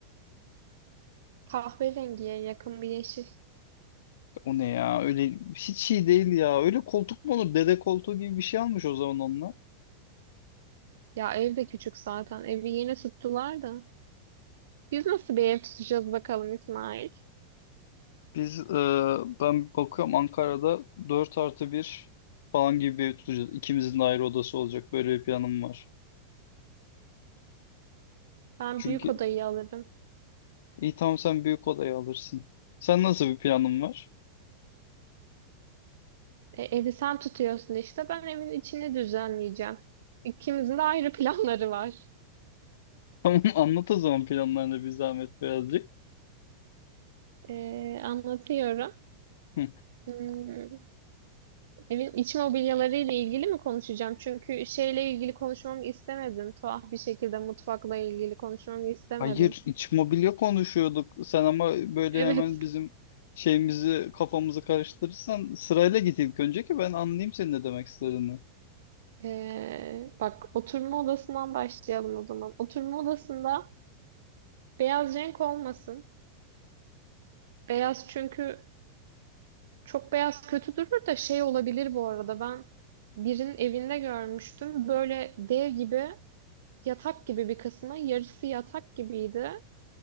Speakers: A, on the right; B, on the left.
A: Kahverengiye yakın bir yeşil.
B: O ne ya? Öyle hiç iyi değil ya. Öyle koltuk mu olur? Dede koltuğu gibi bir şey almış o zaman onlar.
A: Ya ev de küçük zaten. Evi yeni tuttular da. Biz nasıl bir ev tutacağız bakalım İsmail?
B: Biz e, ben bakıyorum Ankara'da 4 artı bir falan gibi bir ev tutacağız. İkimizin de ayrı odası olacak. Böyle bir planım var.
A: Ben
B: Çünkü
A: büyük odayı alırım.
B: iyi tamam sen büyük odayı alırsın. Sen nasıl bir planın var?
A: E, evi sen tutuyorsun işte. Ben evin içini düzenleyeceğim. İkimizin de ayrı <laughs> planları var.
B: <laughs> Tamam anlat o zaman planlarını bir zahmet birazcık.
A: E, anlatıyorum.
B: Hı.
A: Hmm, evin iç mobilyaları ile ilgili mi konuşacağım? Çünkü şeyle ilgili konuşmamı istemedin. Tuhaf bir şekilde mutfakla ilgili konuşmamı istemedin.
B: Hayır, iç mobilya konuşuyorduk. Sen ama böyle
A: <laughs> Evet.
B: hemen bizim şeyimizi kafamızı karıştırırsan sırayla git ilk önce ki ben anlayayım senin ne demek istediğini.
A: Ee, bak oturma odasından başlayalım o zaman. Oturma odasında beyaz renk olmasın. Beyaz çünkü çok beyaz kötü durur da şey olabilir bu arada. Ben birinin evinde görmüştüm. Böyle dev gibi yatak gibi bir kısmı yarısı yatak gibiydi.